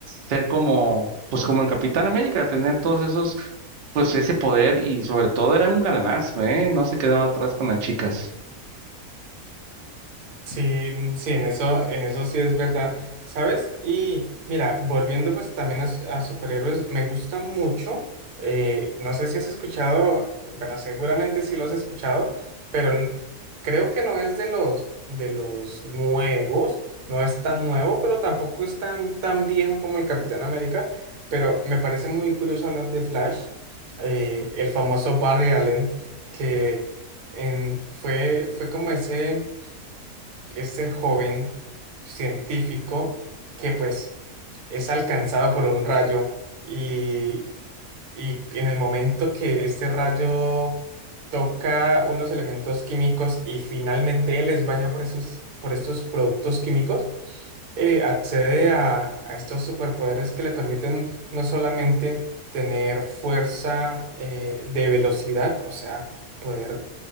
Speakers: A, on the right (about 65°); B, on the right (about 80°).
A: ser como, pues como el Capitán América, tener todos esos pues ese poder y sobre todo era un galanazo, ¿eh? No se quedaba atrás con las chicas.
B: Sí, sí, en eso, en eso sí es verdad, ¿sabes? Y mira, volviendo pues también a, s- a superhéroes, me gusta mucho, eh, no sé si has escuchado, bueno, seguramente sí lo has escuchado, pero n- creo que no es de los, de los nuevos, no es tan nuevo, pero tampoco es tan, tan viejo como el Capitán América, pero me parece muy curioso hablar de Flash, eh, el famoso Barry Allen, que en- fue, fue como ese este joven científico que pues es alcanzado por un rayo y y en el momento que este rayo toca unos elementos químicos y finalmente él es bañado por estos, por estos productos químicos, eh, accede a, a estos superpoderes que le permiten no solamente tener fuerza eh, de velocidad, o sea, poder